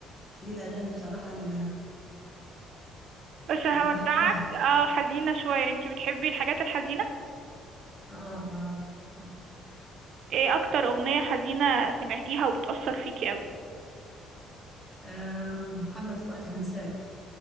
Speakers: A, in the centre; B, on the right.
A: دي الاغاني بصراحه اللي
B: بس هودعك
A: اللي بحبها
B: اه حزينة شوية انتي بتحبي الحاجات الحزينة
A: اه اه, آه.
B: ايه اكتر اغنية حزينة سمعتيها وبتأثر فيكي قوي
A: آه محمد فؤاد هنساك